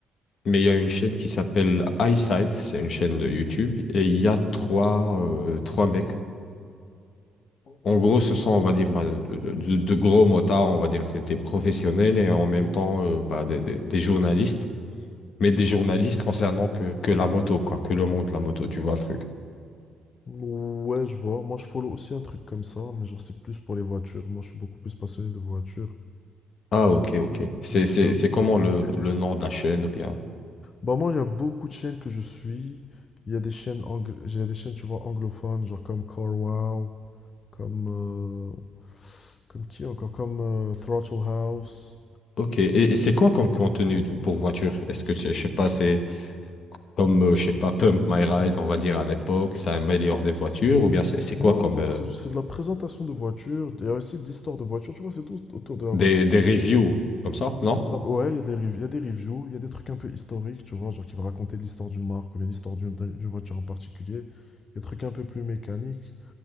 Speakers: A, on the left; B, on the left.
A: mais il y a une chaîne qui s'appelle EyeSight, c'est une chaîne de YouTube, et il y a trois, euh, trois mecs. En gros, ce sont, on va dire, bah, de, de- de- de gros motards, on va dire des, des professionnels et en même temps euh, bah, des, des- des journalistes, mais des journalistes concernant que, que la moto, quoi, que le monde de la moto, tu vois le truc.
B: ouais, je vois. Moi, je follow aussi un truc comme ça, mais genre, c'est plus pour les voitures. Moi, je suis beaucoup plus passionné de voitures.
A: Ah, ok, ok.
B: Du
A: C'est,
B: coup, je
A: c'est,
B: regarde
A: c'est
B: ça.
A: comment le, le nom de la chaîne ou bien?
B: Bah, moi, il y a beaucoup de chaînes que je suis. Il y a des chaînes, angl- j'ai des chaînes, tu vois, anglophones, genre comme CarWow. Comme, euh, comme qui encore? Comme euh, Throttle House.
A: Ok, et, et c'est quoi comme contenu de- pour voiture? Est-ce que c'est, je sais pas, c'est comme, euh, je sais pas, Pump My Ride, on va dire à l'époque, ça améliore des voitures, ou bien c'est c'est
B: Non,
A: quoi comme
B: non,
A: euh,
B: c'est c'est de la présentation de voitures. Il y a aussi de l'histoire de voitures. Tu vois, c'est tout autour de la voiture.
A: des, des reviews comme ça, non?
B: Ça- ouais, il y a des, rev- il y a des reviews, il y a des trucs un peu historiques, tu vois, genre qui va raconter l'histoire d'une marque ou bien l'histoire d'une d'un- d'une voiture en particulier. Il y a des trucs un peu plus mécaniques.